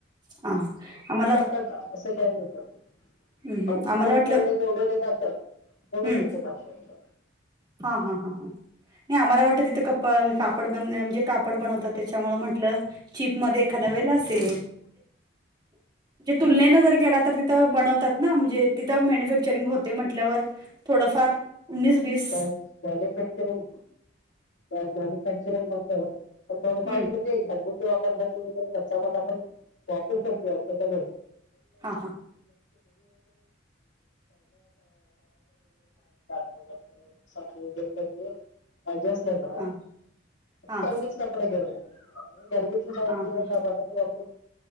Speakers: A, on the right (about 25°); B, on the left (about 75°).
A: हं आम्हाला
B: मग काय असं काय नसतं.
A: हम्म
B: बाकीच्यांच्याकडे
A: हम्म आम्हाला वाटलं
B: जेवढ देत असत्यात तेवढच
A: हम्म
B: <unintelligible>
A: हा हा हा हा नाही आम्हाला वाटत तिथं क कापड बनन म्हणजे कापड बनवतात त्येच्यामुळे म्हंटलं चिपमध्ये एखाद्या वेळेला असेल. ते तुलनेन जर गेला तर तिथं बनवतात ना म्हणजे तिथं मॅन्युफॅक्चरिंग होते म्हटल्यावर थोडफार उन्नीस वीस
B: बाय मॅन्युफॅक्चरिंग, बाय मॅन्युफॅक्चरिंग होत पण थोडंफार
A: हम्म
B: म्हणजे घर <unintelligible> कच्चा माल वापरू वापरु शकतो
A: हा हा
B: <unintelligible> <unintelligible> सायकल <unintelligible> पाहिजे असलं
A: अच्छा
B: ना
A: हा हा
B: चांगलीच कपडे घेऊनया गरदीेची भाजी
A: हा हा
B: अन टमाटाची वापरू